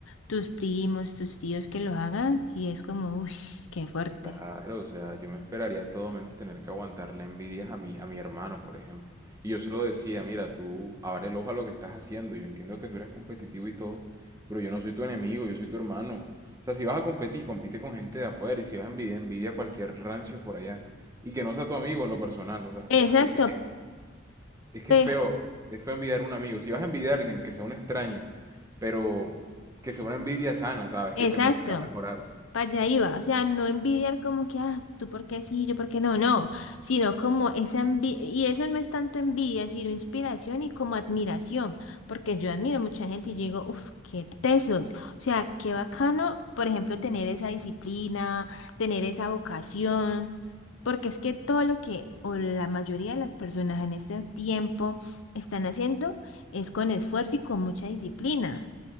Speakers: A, on the left; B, on the right.
A: tus primos, tus tíos que lo hagan, sí es como, uy, qué fuerte.
B: claro, o sea, yo me esperaría todo menos tener que aguantar la envidia a mi, a mi hermano, por ejemplo. Y yo se lo decía, mira, tú abre el ojo a lo que estás haciendo, yo entiendo que tú eres competitivo y todo, pero yo no soy tu enemigo, yo soy tu hermano. O sea, si vas a competir, compite con gente de afuera y si vas a envidiar, envidia a cualquier rancio por allá. Y que no sea tu amigo en lo personal, o sea,
A: Exacto,
B: porque Es que
A: pe-
B: es feo, es feo envidiar a un amigo. Si vas a envidiar a alguien, que sea un extraño, pero que sea una envidia sana, ¿sabes?
A: exacto.
B: Que te motiva a mejorar.
A: Para allá iba, o sea, no envidiar como que, ah, tú por qué sí, yo por qué no, no, sino como esa envidia, y eso no es tanto envidia, sino inspiración y como admiración, porque yo admiro mucha gente y yo digo, uff, qué tesos, o sea, qué bacano, por ejemplo, tener esa disciplina, tener esa vocación, porque es que todo lo que, o la mayoría de las personas en este tiempo están haciendo es con esfuerzo y con mucha disciplina.